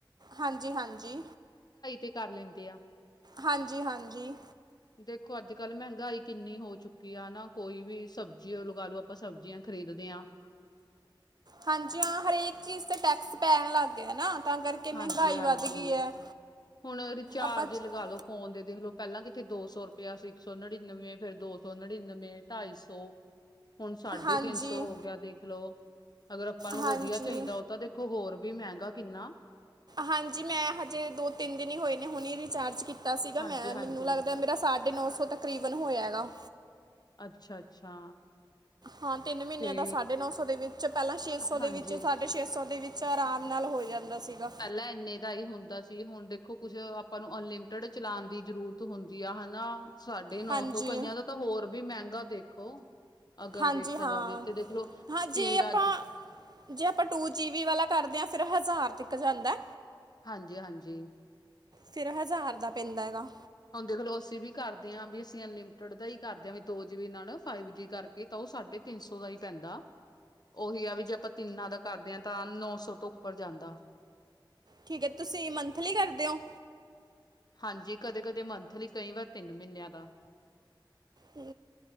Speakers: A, on the right (about 50°); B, on the left (about 50°).
A: ਹਾਂਜੀ ਹਾਂਜੀ,
B: ਤੇ ਕਰ ਲੈਂਦੇ ਆ
A: ਹਾਂਜੀ ਹਾਂਜੀ।
B: ਦੇਖੋ ਅੱਜ ਕੱਲ ਮਹਿੰਗਾਈ ਕਿੰਨੀ ਹੋ ਚੁੱਕੀ ਆ, ਨਾ ਕੋਈ ਵੀ ਸਬਜ਼ੀ ਲਗਾ ਲੋ, ਆਪਾਂ ਸਬਜ਼ੀਆਂ ਖਰੀਦਦੇ ਹਾਂ।
A: ਹਾਂਜੀ ਹਾਂ, ਹਰੇਕ ਚੀਜ਼ ਤੇ ਟੈਕਸ ਪੈਣ ਲੱਗ ਗਿਆ ਨਾ, ਤਾਂ ਕਰਕੇ
B: ਹਾਂਜੀ
A: ਮਹਿੰਗਾਈ
B: ਹਾਂਜੀ,
A: ਵੱਧ ਗਈ ਹੈ
B: ਹੁਣ ਰਿਚਾਰਜ
A: ਆਪਾਂ ਚ-
B: ਲਗਾਾਲੋ ਫੋਨ ਦੇ ਦੇਖਲੋ ਪਹਿਲਾਂ ਕਿਥੇ ਦੋ ਸੌ ਰੁਪਆ ਸੀ, ਇੱਕ ਸੌ ਨੜਿਨਵੇਂ, ਫਿਰ ਦੋ ਸੌ ਨੜਿਨਵੇਂ, ਢਾਈ ਸੌ ਹੁਣ ਸਾਢੇ
A: ਹਾਂਜੀ
B: ਤਿੰਨ ਸੌ ਹੋ ਗਿਆ, ਦੇਖ ਲੋ ਅਗਰ ਆਪਾਂ ਨੂੰ
A: ਹਾਂਜੀ
B: ਵਧੀਆ ਚਾਹੀਦਾ ਤਾਂ ਦੇਖੋ ਹੋਰ ਵੀ ਮਹਿੰਗਾ ਕਿੰਨਾ
A: ਹਾਂਜੀ, ਮੈਂ ਹਜੇ ਦੋ ਤਿੰਨ ਦਿਨ ਹੀ ਹੋਏ ਨੇ, ਹੁਣੇ ਹੀ ਰਿਚਾਰਜ ਕੀਤਾ ਸੀਗਾ।
B: ਹਾਂਜੀ
A: ਮੈਂ
B: ਹਾਂਜੀ
A: ਮੈਨੂੰ ਲੱਗਦਾ ਮੇਰਾ ਸ ਸਾਢੇ ਨੌ ਸੌ ਤਕਰੀਬਨ ਹੋਇਆ ਹੈਗਾ।
B: ਅੱਛਾ ਅੱਛਾ।
A: ਹਾਂ ਤਿੰਨ ਮਹੀਨਿਆਂ
B: ਤੇ
A: ਦਾ ਸਾਢੇ ਨੌ ਸੌ ਦੇ ਵਿੱਚ, ਪਹਿਲਾਂ ਛੇ ਸੌ ਦੇ
B: ਹਾਂਜੀ
A: ਵਿੱਚ ਸਾਡ ਸਾਢੇ ਛੇ ਸੌ ਦੇ ਵਿੱਚ ਆਰਾਮ ਨਾਲ ਹੋ ਜਾਂਦਾ ਸੀਗਾ
B: ਪਹਿਲਾਂ ਇੰਨੇ ਦਾ ਹੀ ਹੁੰਦਾ ਸੀ, ਹੁਣ ਦੇਖੋ ਕੁਛ ਆਪਾਂ ਨੂੰ ਅਨਲਿਮਟਡ ਚਲਾਉਣ ਦੀ ਜ਼ਰੂਰਤ ਹੁੰਦੀ ਆ ਹਨਾ। ਸਾਢੇ ਨੌ
A: ਹਾਂਜੀ
B: ਸੌ, ਕਈਆਂ ਦਾ ਤਾਂ ਹੋਰ ਵੀ ਮਹਿੰਗਾ ਦੇਖੋ। ਅਗਰ
A: ਹਾਂਜੀ
B: ਦੇਖਿਆ
A: ਹਾਂ
B: ਜਾਵੇ, ਤੇ ਦੇਖਲੋ
A: ਹਾਂ
B: ਸਪੀਡ
A: ਜੇ ਆਪਾਂ
B: ਅੱਜ ਤ
A: ਜੇ ਆਪਾਂ ਟੂ ਜੀ ਬੀ ਵਾਲਾ ਕਰਦੇ ਹਾਂ, ਫਿਰ ਹਜ਼ਾਰ ਤੱਕ ਜਾਂਦਾ
B: ਹਾਂਜੀ ਹਾਂਜੀ।
A: ਫਿਰ ਹਜ਼ਾਰ ਦਾ ਪੈਂਦਾ ਹੈਗਾ।
B: ਹਾਂ ਦੇਖਲੋ ਅਸੀਂ ਵੀ ਕਰਦੇ ਹਾਂ, ਵੀ ਅਸੀਂ ਅਨਲਿਮਟਿਡ ਦਾ ਹੀ ਕਰਦੇ ਹਾਂ, ਵੀ ਦੋ ਜੀ ਬੀ ਨਾਲ ਫਾਈਵ ਜੀ ਕਰਕੇ ਤਾਂ ਉਹ ਸਾਢੇ ਤਿੰਨ ਸੌ ਦਾ ਹੀ ਪੈਂਦਾ। ਉਹੀ ਆ ਵੀ ਜੇ ਆਪਾਂ ਤਿੰਨਾਂ ਦਾ ਕਰਦੇ ਹਾਂ ਤਾਂ ਨੌ ਸੌ ਤੋਂ ਉੱਪਰ ਜਾਂਦਾ।
A: ਠੀਕ ਹੈ ਤੁਸੀਂ ਮੰਥਲੀ ਕਰਦੇ ਹੋ?
B: ਹਾਂਜੀ, ਕਦੇ ਕਦੇ ਮੰਥਲੀ, ਕਈ ਵਾਰ ਤਿੰਨ ਮਹੀਨਿਆਂ ਦਾ।
A: ਹ।